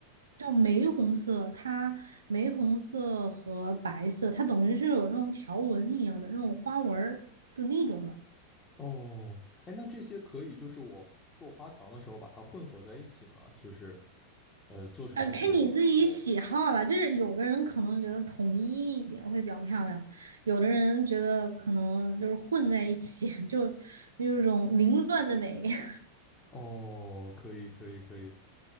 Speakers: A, on the right (about 70°); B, on the left (about 20°).
A: 叫玫红色，它玫红色和白色，它等于是有那种条纹一样的那种花纹儿，就那种的。
B: 哦，哎，那这些可以就是我做花墙的时候把它混合在一起吗？就是呃，做成那种，
A: 呃，看你自己喜好了，就是有的人可能觉得统一一点会比较漂亮，有的人觉得可能就是混在一起，<laughs> 就那种凌乱的美。<laughs>
B: 哦，可以，可以，可以。